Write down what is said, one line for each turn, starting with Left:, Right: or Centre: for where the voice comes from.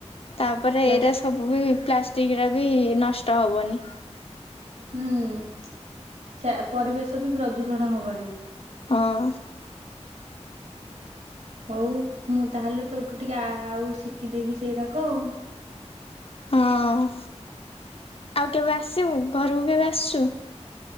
Left: ତାପରେ
Right: ପ୍ଲାଷ୍ଟ
Left: ଏଇଟା ସବୁ ବି ପ୍ଲାଷ୍ଟିକ ର ବି ନଷ୍ଟ ହବନି।
Right: ହୁଁ ଚା ପରିବେଶ ବି ପ୍ରଦୂଷଣ ହବନି।
Left: ହଁ।
Right: ହଉ ମୁଁ ତାହେଲେ ତୋଉଠୁ ଟିକେ ଆ ଆଉ ଶିଖିଦେବି ସେଇରାକ। ଉ।
Left: ହଁ ଆଉ କେବେ ଆସିବୁ ଘରକୁ କେବେ ଆସୁଛୁ।